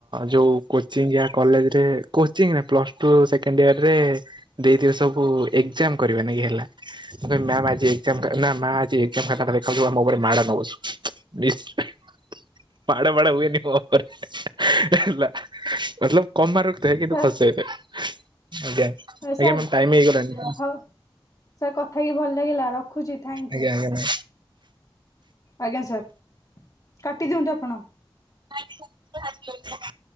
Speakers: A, on the right; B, on the left.
A: ଯୋଉ କୋଚିଂ ୟା କଲେଜରେ କୋଚିଂ ନାହିଁ ପ୍ଲସଟୁ ସେକେଣ୍ଡ ଇୟରରେ ଦେଇଥିବେ ସବୁ ଏକ୍ଜାମ କରିବେ ନାଗି ହେଲା। ମୁଁ କଇଁମୀ ମାମ ଆଜି ଏକ୍ଜାମ ମା ଆଜି ଏକ୍ଜାମ ଖାତା ଦେଖାଉଛୁ ମୋ ଉପରେ ମାଡ଼ ନ ବସୁ। ନିଶ୍ଚ <inaudible> ମାଡ ବାଡ ହୁଏନି ମୋ ଉପରେ ହେଲା, ମତଲବ କମ ମାର ରଖିଥାଏ
B: ସାର୍
A: କିନ୍ତୁ ଖସିଯାଇଥାଏ ଆଜ୍ଞା, ଆଜ୍ଞା
B: ସାର୍
A: ମ୍ୟାମ ଟାଇମ ହେଇଗଲାଣି।
B: ହଉ ସାର୍ କଥା ହେଇକିି ଭଲ ଲାଗିଲା ରଖୁଛି ଥ୍ୟାଙ୍କୟୁ।
A: ଆଜ୍ଞା ଆଜ୍ଞା ମ୍ୟାମ୍।
B: ଆଜ୍ଞା ସାର୍ କାଟିଦିଅନ୍ତୁ ଆପଣ।
A: <inaudible>